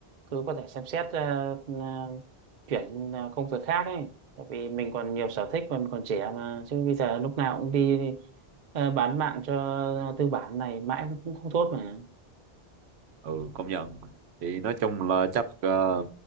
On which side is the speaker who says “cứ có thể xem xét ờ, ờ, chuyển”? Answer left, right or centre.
Right